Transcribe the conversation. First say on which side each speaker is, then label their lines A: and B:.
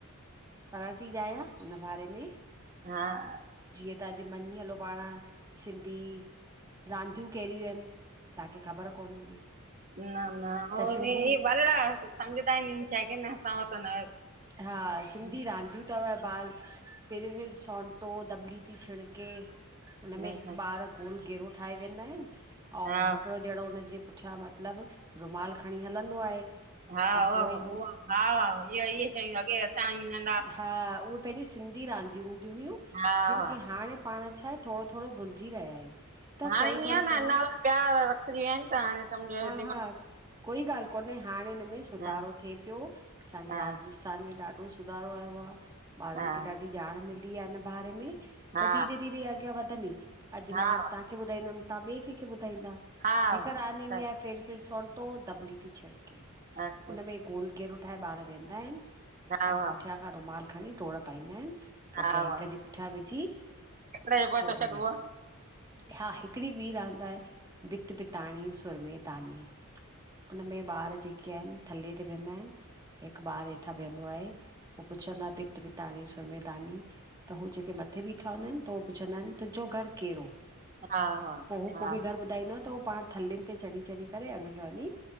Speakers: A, on the right (about 15°); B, on the right (about 40°).
A: करणु ती चाहियां हुन बारे में,
B: हा,
A: जीअं तां अॼु मञी हलो पाण सिंधी रांदियूं कहिड़ियूं आहिनि, तव्हांखे ख़बर कोन हूंदी।
B: न न
A: त सिंधी
B: ई वल समझ टाइनि शे नसत न
A: हा सिंधी
B: कॾहिं
A: रांदियूं सु व बाल फेर फ सोनटो दबली ती छिड़के हुनमें हिकु
B: अच्छा
A: ॿार गोल घेरो ठाहे वेंदा आहिनि, अउं
B: हा
A: हिकिड़ो ॼणो हुनजे पुठियां मतिलब रुमाल खणी हलंदो आहे,
B: हाह
A: ऐं पोइ हू
B: हा वाह इहो इहे शयूं अॻे असां न
A: हा, उहे पहिंजी सिंधी रांदियूं हूंदी हुयूं
B: हा
A: जिन
B: हा
A: खे हाणे पाण छा आहे थोड़ो थोड़ो भुलिजी रहिया आहियूं, त
B: हाणे
A: कोई
B: इअं
A: ॻाल्हि कोन्हे
B: आ न नाला ॿिया रखजी विया आहिनि त हाणे, सम्झो
A: हा -हा, कोई ॻाल्हि कोन्हे हाणे हिन में सुधारो
B: हा
A: थिए पियो असांजे
B: हा
A: राजस् थान में ॾाढो सुधारो आयो आ, ॿारनि
B: हा
A: खे ॾाढी ॼाण मिली आ हिन बारे में,
B: हा
A: त धीरे धीरे अॻियां वधंदी अॼु
B: हा
A: मां
B: हा
A: तव्हांखे ॿुधाईंदमि तव्हां ॿिए कंहिंखे ॿुधाईंदा।
B: हा
A: हिकु
B: -हा
A: रांदि फिर फिर सोनटो दबली थी छिड़के
B: अच्छा
A: हुनमें गोल घेरो ठाहे ॿार वेहंदा आहिनि,
B: हा
A: ऐं
B: हा
A: पुठियां खां रुमाल खणी डोड़ पाईंदा आहिनि। पो
B: हा
A: कंहिं हिक जे पुठियां विझी
B: हिकिड़े जो पोइ
A: पो
B: थो छॾिबो
A: वरी
B: आहे
A: हा हिकिड़ी ॿी रांदि आहे, बित बिताणी सुरमे दानी। हुन में ॿार जेके आहिनि थले ते विहंदा आहिनि, हिकु ॿार हेठ ठा बीहंदो आहे, पो पुछंदो आ बित बिताणी सुरमेदानी, त हू जेके मथे बीठा हूंदा आहिनि, त उ पुछंदा आहिनि तुंहिंजो घरु कहिड़ो?
B: हा हा
A: पो हू
B: हा
A: को बि घर ॿुधाईंदो त हू पाण थले ते चढ़ी चढ़ी करे अन वञी